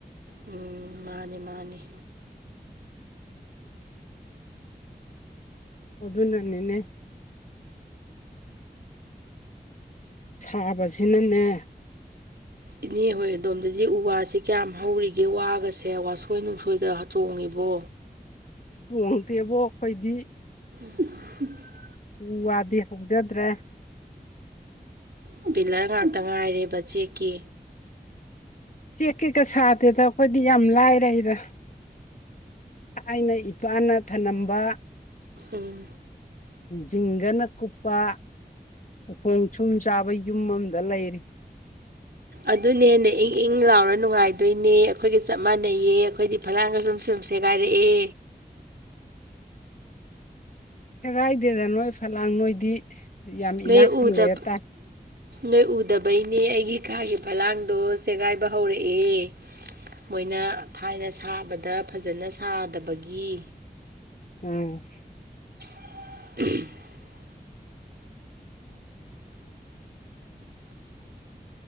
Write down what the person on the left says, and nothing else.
ꯑꯗꯨ ꯑꯗꯨꯅꯅꯤꯅꯦ ꯁꯥꯕꯁꯤꯅꯅꯦ
ꯆꯣꯡꯗꯦꯕꯣ ꯑꯩꯈꯣꯏꯗꯤ
ꯎ ꯋꯥꯗꯤ ꯍꯧꯖꯗ꯭ꯔꯦ
ꯀꯦꯛ ꯀꯦꯛꯀ ꯁꯥꯗꯦꯗ ꯑꯩꯈꯣꯏꯗꯤ ꯌꯥꯝ ꯂꯥꯏꯔꯦ ꯑꯩꯗ ꯑꯩꯅ ꯋꯥꯅ ꯊꯝꯂꯝꯝꯕ
ꯎꯝ ꯆꯤꯡꯒꯅ ꯀꯨꯞꯄ ꯎꯈꯣꯡ ꯁꯨꯝ ꯆꯥꯕ ꯌꯨꯝ ꯑꯃꯝꯗ ꯂꯩꯔꯤ
ꯁꯦꯒꯥꯏꯗꯦꯗ ꯅꯣꯏ ꯐꯂꯥꯡ ꯅꯣꯏꯗꯤ ꯌꯥꯝ
ꯏꯅꯥꯛ ꯈꯨꯜꯂꯦ
ꯇꯥꯏ
ꯎꯝ